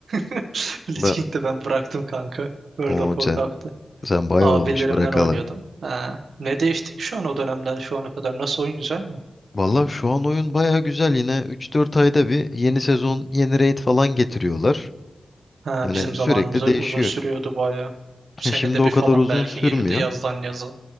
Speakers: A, on the right; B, on the left.
A: <laughs> Lich
B: Ben
A: King'de ben bıraktım kanka. World
B: o
A: of Warcraft'ı.
B: sen sen bayağı
A: Abilerimden
B: olmuş bırakalı.
A: oynuyordum. Ha. Ne değişti ki şu an o dönemden şu ana kadar? Nasıl oyun güzel mi?
B: Valla şu an oyun bayağı güzel yine Üç dört ayda bir yeni sezon yeni raid falan getiriyorlar.
A: Ha,
B: Yani
A: bizim zamanımızda
B: sürekli değişiyor.
A: uzun sürüyordu bayağı. Senede
B: E Şimdi o
A: bir
B: kadar
A: falan
B: uzun
A: belki
B: sürmüyor.
A: geliyordu yazdan yaza.